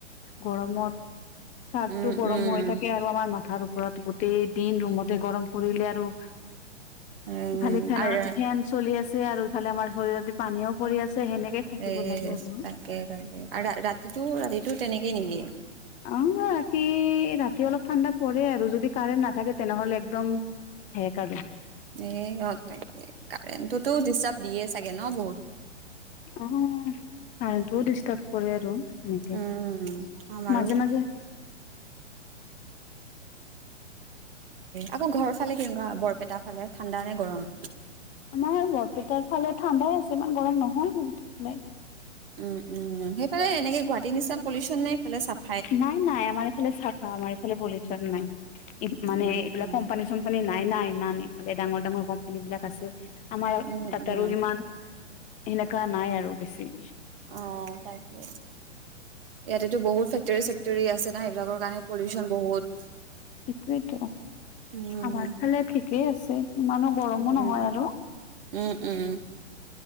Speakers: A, on the left (about 20°); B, on the right (about 50°).
A: গৰমত চাৰ্টো
B: উম
A: গৰম
B: উম
A: হৈ থাকে আৰু আমাৰ মাথাৰ ওপৰত গোটেই দিন ৰুমতে গৰম পৰিলে আৰু
B: উম
A: এফালে ফেনৰ
B: আৰু
A: ফেন চলি আছে আৰু এফালে আমাৰ শৰীৰেদি পানীও পৰি আছে সেনেকে থাকিব
B: এ
A: লাগে আৰু
B: তাকে তাকে আৰু ৰা-ৰাতিটো ৰাতিটো তেনেকে নেকি?
A: অ ৰাতি ৰাতি অলপ ঠাণ্ডা পৰে আৰু যদি কাৰেণ্ট নাথাকে তেনেহ'লে একদম শেষ আৰু।
B: এই হ তাকে, কাৰেণ্টটোতো ডিষ্টাৰ্ব দিয়ে চাগে ন বহুত?
A: অ কাৰণ্টটোও ডিষ্টাৰ্ব কৰে আৰু। তেনেকে
B: উম আমাৰো
A: মাজে মাজে
B: আকৌ ঘৰ ফালে কেনেকুৱা, বৰপেটা ফালে ঠাণ্ডা নে গৰম?
A: আমাৰ বৰপেটাৰ ফালেৰ ঠাণ্ডাই আছে ইমান গৰম নহয়
B: উম উম সেইফালে এনেকে গুৱাহাটী নিচনা পলিউচন নাই সেইফালে চফ
A: নাই নাই আমাৰ এইফালে চাফা আমাৰ এইফালে পলিউচন নাই, মানে
B: উম
A: এইবিলাক
B: উম
A: কোম্পানী চোম্পানী নাই ইমান, ইফালে ডাঙৰ ডাঙৰ কোম্পানী বিলাক আছে, আমাৰ
B: উম
A: তাত
B: উম
A: আৰু ইমান সেনেকুৱা নাই আৰু বেছি।
B: অ তাকে। ইয়াতেতো বহুত ফেক্টৰী-চেক্টৰী আছে না, সেইবিলাকৰ কাৰণে পলিউচন বহুত।
A: সেইটো,
B: উম
A: আমাৰ ফালে কেই আছে ইমানো গৰমো
B: উম,
A: নহয় আৰু।
B: উম উম।